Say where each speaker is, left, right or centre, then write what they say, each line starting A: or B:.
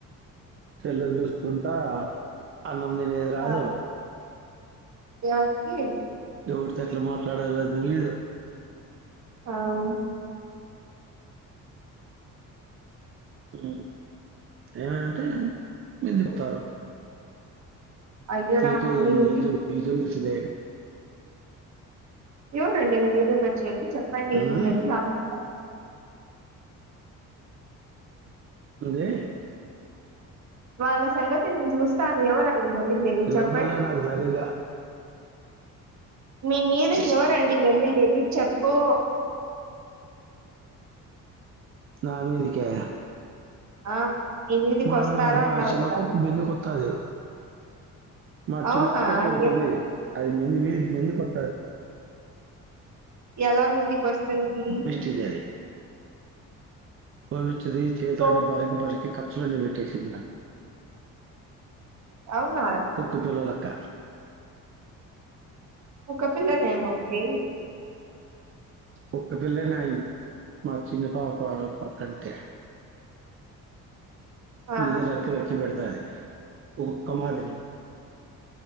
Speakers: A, on the right; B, on the right.
A: సెల్లు చూసుకుంటా అన్నం తినేది రాదు
B: ఆ! ఎవరికి
A: ఎవరితో ఎట్లా మాట్లాడాలో తెలీదు
B: అవు
A: ఉ ఏమైందంటే బెదిరితారు
B: అయ్యో
A: నీకే
B: రామ! మీది
A: <unintelligible>
B: ఎవరండి నీ మీదకొచ్చేది చెప్పండి
A: ఉమ్.
B: నేను వెళ్లి వాళ్ళ సంగతి
A: ఏంది
B: వాళ్ళ సంగతి నేను చూస్తాను ఎవరండి వెళ్ళింది
A: వినపడలే
B: చెప్పండి
A: నాకు సరిగా
B: మీ మీదకి ఎవరండి వెళ్ళిండేది చెప్పు
A: నా మీదికా
B: ఆ మీ మీదికొస్తారు
A: మా మా
B: అన్నారు
A: చిన్నకుక్క
B: కదా!
A: బందు కొత్తది మా
B: అవునా
A: చిన్నక్కక్క ఒకటి
B: ఎ
A: ఉంది అది మంది మీరికి మంది కొత్తది
B: ఎలా మీదికస్తుంది
A: తెలియదు పోపట్ది చేతులన్నీ
B: కో
A: బరికి బరికి ఖర్చులన్నీ పెట్టేసింది నాకు
B: అవునా
A: కుక్క పిల్లలక్క
B: కుక్క పిల్లనేమో అండి
A: కుక్కపిల్ల నయం మా చిన్న పాప పాకంటే
B: ఆ
A: ఇది రక్కి రెక్కి పెడతాది ఓ కుక్క మాదిరి